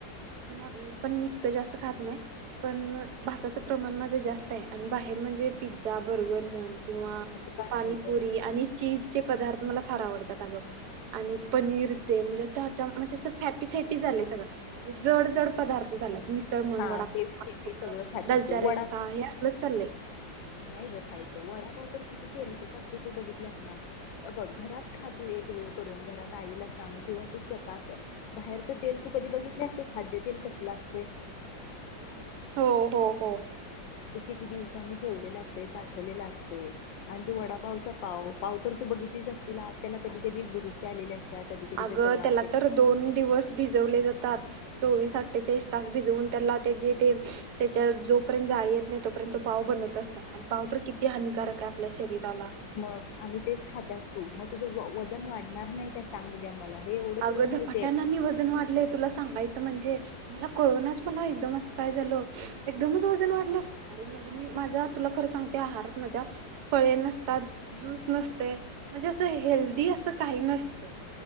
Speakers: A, on the right (about 65°); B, on the left (about 80°).
A: नॉनव्हेज पण मी इतकं जास्त खात नाही पण भाताचं प्रमाण माझं जास्त आहे, आणि बाहेर म्हणजे पिझ्झा, बर्गर म्हण किंवा
B: असं का खायचं,
A: पाणीपुरी आणि चीजचे पदार्थ मला फार आवडतात अगं. आणि पनीरचे म्हणजे हच्या म्हणजे असं फॅटी फॅटी झालंय सगळं. म्हणजे जड जड पदार्थ झाल्यात, मिसळ म्हण,
B: हा
A: वडापाव
B: हेवी
A: खा,
B: हेवी
A: कुठं
B: सगळं खातात
A: दालच्या
B: तो
A: राईस
B: वडा
A: खा, हे असलंच चाललय.
B: नाही ग खायचं. वडापाव तर किती तेलकट असते तू बघितल्यास ना? बघ, घरात खा तू एक वेळ करून, घरात आईला सांग किंवा तू स्वतः कर. बाहेरच तेल तू कधी बघितल्या ते खाद्य तेल कसलं असतय?
A: हो हो हो.
B: ते किती दिवसांनी ठेवलेलं असतंय, साठवलेलं असतंय. आणि ते वडापावचा पाव. पाव तर तू बघितलीच असतील, आत त्याला कधी कधी बुरुशी आलेली अस कधी कधी
A: अगं
B: त्याचा वास
A: त्याला
B: येतो
A: तर
B: <unintelligible>
A: भिजवले जातात. चोवीस-अठ्ठेचाळीस तास भिजवून त्याला त्याचे ते त्याच्या जोपर्यंत जाळी नाही तोपर्यंत पाव बनतच नाही आणि पाव तर किती हानिकारक आहे, आपल्या शरीराला
B: मग आणि तेच खात्यास तू, मग तुझं वजन वाढणार नाही का? सांग बघूया मला. हे एवढं
A: अगं
B: तुला माहितीय.
A: झपाट्यान आणि वजन वाढलं तुला सांगायचं म्हणजे मला कळनाच मला एकदम असं काय झालं? एकदमच वजन वाढलं. अरे, मग मी माझ्या, तुला खरं सांगते आहारात माझ्या फळे नसतात, ज्यूस नसते म्हणजे असं हेल्दी असं काही नसतय.